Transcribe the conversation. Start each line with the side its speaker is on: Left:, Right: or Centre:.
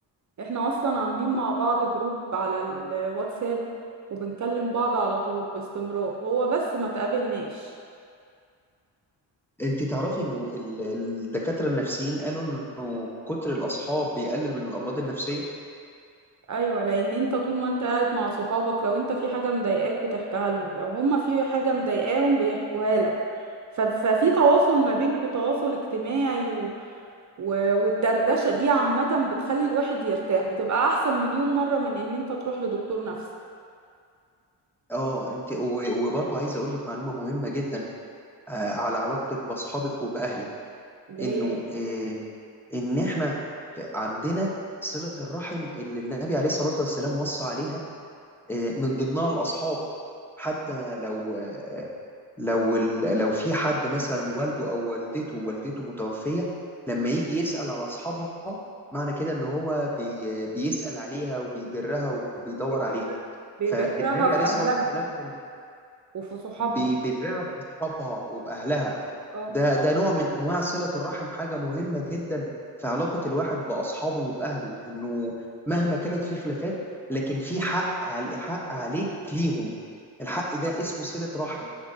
Right: احنا اصلا عاملين مع بعض جروب على الواتساب وبنكلم بعض على طول باستمرار هو بس ما تقابلناش
Centre: انت تعرفي انه ال- الدكاترة النفسيين قالوا انه كتر الاصحاب بيقلل من الامراض النفسية
Right: ايوه لان انت طول ما انت قاعد مع صحابك لو انت في حاجه مضايقاك بتحكيها لهم لو هما في حاجه مضايقاهم بيحكوها لك ف- ففي تواصل ما بينكوا تواصل اجتماعي و... و... والدردشه دي عامه بتخلي الواحد يرتاح بتبقى احسن مليون مره من ان انت تروح لدكتور نفسي
Centre: اه انت و- وبرضه عايز اقول لك معلومة مهمة جدا آه، على علاقتك باصحابك وباهلك
Right: اللي
Centre: انه
Right: هي ايه
Centre: آه، ان احنا ف- عندنا صلة الرحم اللي النبي عليه الصلاة والسلام وصى عليها آه، من ضمنها الاصحاب حتى لو لو ال... لو في حد مثلا والده او والدته والدته متوفيه لما يجي يسال على اصحابها معنى كده ان هو بي... بيسال عليها وبيبرها وبيدور
Right: بيبر-
Centre: عليها
Right: بيبرها
Centre: فالنبي
Right: في
Centre: عليه
Right: اهلها
Centre: الصلاه والسلام كان
Right: وفي صحابها
Centre: بيبرها باصحابها وباهلها
Right: اه
Centre: ده ده نوع من انواع صله الرحم حاجه مهمه جدا في علاقه الواحد باصحابه وباهله انه مهما كانت في خلافات لكن في حق عل- حق عليك ليهم الحق ده اسمه صله رحم